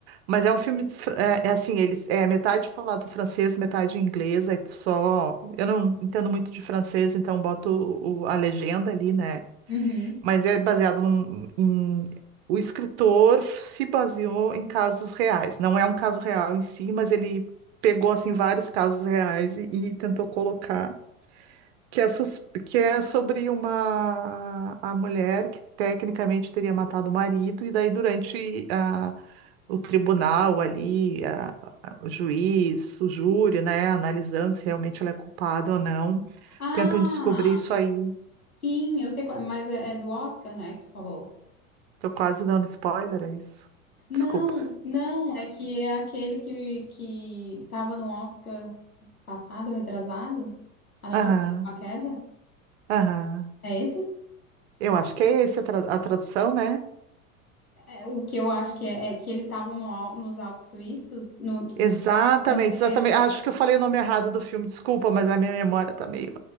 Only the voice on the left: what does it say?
Uhum.
Ah,
sim, eu sei qual, mas é, é do Oscar, né, que tu falou.
Não,
não, é que é aquele que que tava no Oscar passado, retrasado, Anatomia
de uma Queda.
É esse?
É, o que eu acho que é, é que eles estavam no Al- nos Alpes suíços, no, nos
Alpes franceses.